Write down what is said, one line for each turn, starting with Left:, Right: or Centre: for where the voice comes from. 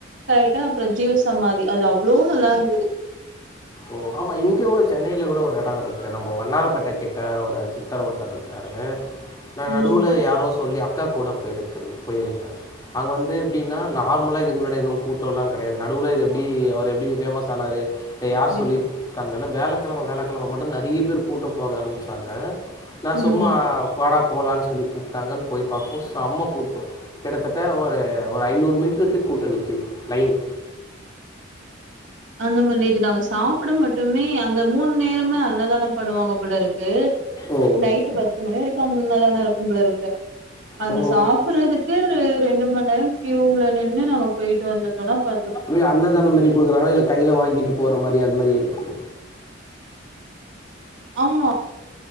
Right: கரெக்டா அப்புறம் ஜீவசமாதி அது அவ்ளோ நல்லா இருந்தது
Left: ஓ ஆமாம் இங்கே சென்னைல கூட ஒரு இடம் இருக்கு நம்ம வண்ணாரபேட்டை கிட்ட ஒரு சித்தர் ஒருத்தர் இருக்காரு நா நடுவுல
Right: ம்
Left: யாரோ சொல்லி அக்கா கூட போயிருக்கு போயிருந்தேன் அங்க வந்து எப்படின்னா நார்மலா இதுக்கு முன்னாடி எதுவும் கூட்டம் எல்லாம் கிடையாது நடுவுல இது எப்படி அவர் எப்படி ஃபேமஸ் ஆனாரு இது யார்
Right: நினைக்கிறோம்.
Left: சொல்லி தன்னால வியாழக்கிழமை வியாழக்கிழமை மட்டும் நிறைய பேர் கூட்டம் போக ஆரம்பிச்சாங்க நான் சும்மா
Right: ம்
Left: வாடா போலான்னு சொல்லி கூப்பிட்டாங்கன்னு போய் பாக்குறப்ப செம்மா கூட்டம் கிட்டத்தட்ட ஒரு ஒரு ஐநூறு மீட்டருக்கு கூட்ட நிக்குது லைன்
Right: அந்த மாதிரி இது நாங்க சாப்பிட மட்டுமே அங்க மூணு நேரமே அன்னதானம் பண்ணுவாங்க போலருக்கு
Left: ஓ
Right: நைட் பத்து மணி வரைக்கும் அன்ன தான இருக்கும் போலருக்கு அது
Left: ஓ!
Right: சாப்புறதுக்கு ரெண்டு மண் நேரோ கியூல நின்னு நாங்க போய்ட்டு வந்து படோ பாத்து
Left: இ அன்னதானம் மாரி குடுக்குறாங்களா இல்ல கையில வாங்கிட்டு போற மாரி அது மாரி இருக்கு
Right: ஆமா